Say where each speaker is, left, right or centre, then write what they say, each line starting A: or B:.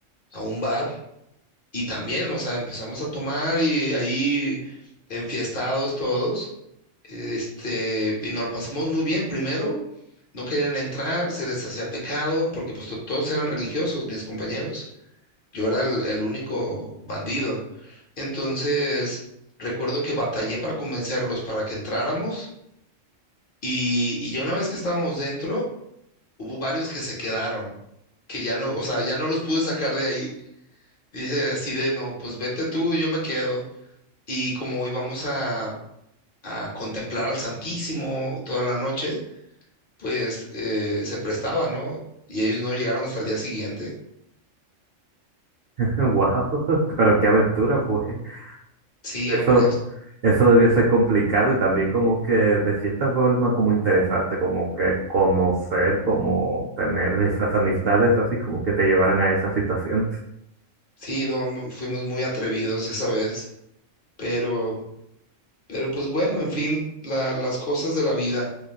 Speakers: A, on the left; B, on the right.
A: a un bar Y también, o sea, empezamos a tomar y ahí enfiestados todos, este, y nos lo pasamos muy bien. Primero, no querían entrar, se les hacía pecado, porque pues to- todos eran religiosos, mis compañeros. Yo era el, el único bandido. Entonces, recuerdo que batallé para convencerlos para que entráramos y, y ya una vez que estábamos dentro, hubo varios que se quedaron, que ya no, o sea, ya no los pude sacar de ahí. Dice así de, no, pues vete tú, yo me quedo. Y como hoy vamos a, a contemplar al Santísimo toda la noche, pues eh, se prestaba, ¿no? Y ellos no llegaron hasta el día siguiente.
B: Wow, <laughs> pero qué aventura fue.
A: Sí,
B: Eso,
A: hombre,
B: eso debió ser complicado y también como que de cierta forma como interesante, como que conocer, como tener esas amistades así como que te llevaran a esas situaciones.
A: sí, no, mm, fuimos muy atrevidos esa vez, pero, pero pues bueno, en fin, la- las cosas de la vida.